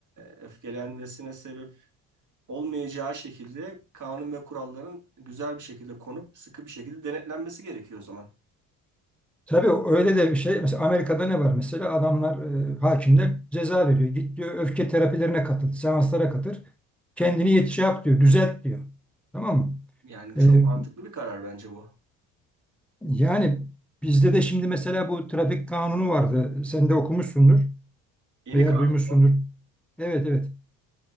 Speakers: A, on the right (about 50°); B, in the centre.
A: öfkelenmesine sebep olmayacağı şekilde kanun ve kuralların güzel bir şekilde konup sıkı bir şekilde denetlenmesi gerekiyor o zaman.
B: Tabii öyle de bir şey. Mesela Amerika'da ne var mesela? Adamlar, e, hakimler ceza veriyor. Git diyor öfke terapilerine katıl, seanslara katıl. Kendini yetiş yap diyor, düzelt diyor. Tamam mı?
A: Yani çok
B: E,
A: mantıklı bir karar bence bu.
B: Yani bizde de şimdi mesela bu trafik kanunu vardı. Sen de okumuşsundur
A: Yeni
B: veya
A: kanun
B: duymuşsundur.
A: bu.
B: Evet evet.